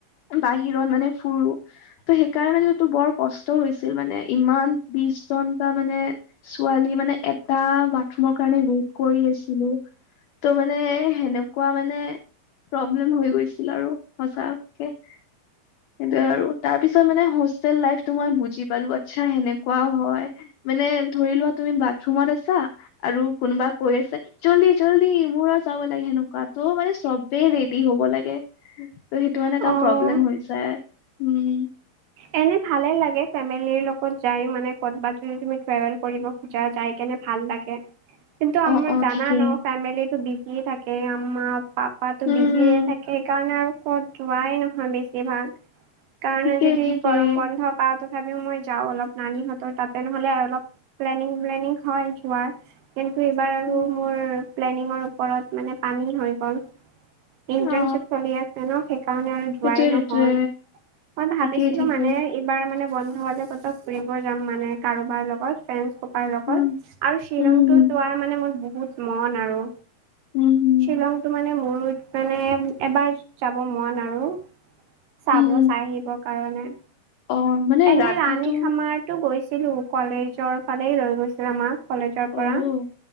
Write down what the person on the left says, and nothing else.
বাহিৰত মানে ফুৰো। ত' সেইকাৰণে মানে টো বৰ কষ্ট হৈছিল মানে ইমান বিশ ঘণ্টা মানে ছোৱালী মানে এটা বাথৰুমৰ কাৰণে ৱেইট কৰি আছিলোঁ। ত' মানে সেনেকুৱা মানে প্ৰব্লেম হৈ গৈছিল আৰু সচাকে সেইটোয়ে আৰু তাৰ পিছত মানে হোষ্টেল লাইফটো মই বুজি পালোঁ আচ্ছা সেনেকুৱাও হয়। মানে ধৰি লোৱা তুমি বাথৰুমত আছা আৰু কোনোবা কৈ আছে জল্দি জল্দি মোৰো যাব লাগে সেনেকুৱা তো মানে চ বে ৰেডি হ'ব লাগে, ত সেইটো মানে এটা
প্ৰব্লেম হৈ হৈছে উম।
অ অ
ঠিকেই
উম
ঠিকেই
ঠিকেই
উম
অ
সেইটোৱে
সেইটোৱে
ঠিকেই ঠিকেই
উম
উম
উম হুম।
উম
অ', মানে
ৰাতিটো
অ',